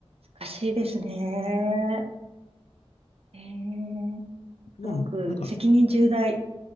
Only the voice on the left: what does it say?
今の、
なんか、